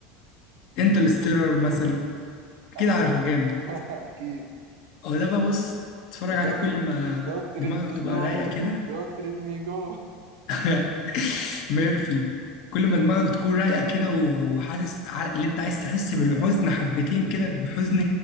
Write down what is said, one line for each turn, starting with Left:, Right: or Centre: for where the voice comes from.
Left: انترستيلر مثلا اكيد
Right: اكيد
Left: عارفه جامد
Right: <laughs> اكيد
Left: هو ده بقى بص تتفرج عليه
Right: دونت
Left: كل ما
Right: دونت
Left: دماغك
Right: ليت مي
Left: تبقى
Right: جو
Left: رايقه كده
Right: دونت ليت مي جو
Left: <laughs> ميرفي كل ما دماغك تكون رايقه كده وحاسس ع- اللي انت عايز تحس بالحزن حبتين كده بحزن